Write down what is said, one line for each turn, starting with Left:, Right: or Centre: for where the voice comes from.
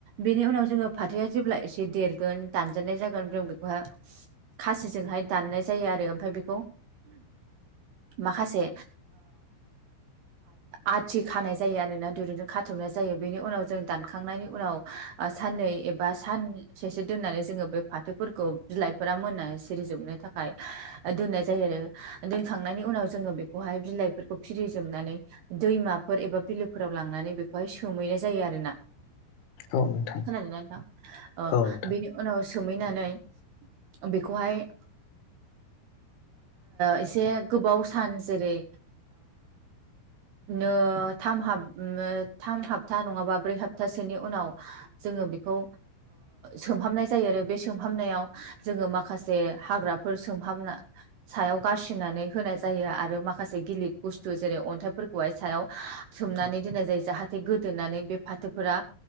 Right: बेनि उनाव जोंङो फाथोआ जेब्ला एसे देरगोन दानजानाय जागोन जों बेखौहाय खासिजोंहाय दाननाय जायो आरो ओमफ्राय बेखौ माखासे आथि खानाय जायो आरोना दिरुंजों खाथ'नाय जायो। बेनि उनाव जों दानखांनायनि उनाव साननै एबा सान ससे दोननानै जोंङो बे फाथोफोरखौ बिलाइफोरा मोना सिरिजोबनो थाखाय दोननाय जायो आरो दोनखांनायनि उनाव जोंङो बेखौहाय बिलाइफोरखौ फिरिजोबनानै दैमाफोर एबा बिलोफोराव लांनानै बेखौहाय सोमहैनाय जायो आरोना
Left: औ नोंथां
Right: खोनादों नोथां
Left: औ नोंथां
Right: बेनि उनाव सोमहैनानै बेखौहाय एसे गोबाव सान जेरै नो थाम हाब थाम हप्ता नंङाबा ब्रै हप्तासोनि उनाव जोंङो बेखौ सोमहाबनाय जायो आरो बे सोमहाबनायाव जोंङो माखासे हाग्राफोर सोमहाबना सायाव गारसिननानै होनाय जायो आरो माखासे गिलिर बुस्थु जेरै अन्थाइफोरखौहाय सायाव सोमनानै दोननाय जायो जाहाथे गोदोनानै बे फाथोफोरा